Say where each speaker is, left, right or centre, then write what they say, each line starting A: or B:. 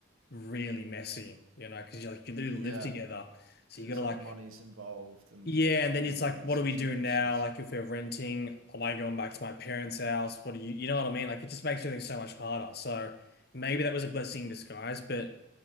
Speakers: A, on the left; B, on the right.
A: really messy, you know, because you like you literally
B: Yeah.
A: live together,
B: Because
A: so you
B: it's
A: gotta
B: like
A: like
B: money's involved and,
A: yeah, and
B: you
A: then
B: know,
A: it's
B: living
A: like, what
B: situations.
A: do we do now? Like if we're renting, am I going back to my parents' house? What do you you know what I mean? Like it just makes everything so much harder. So maybe that was a blessing in disguise, but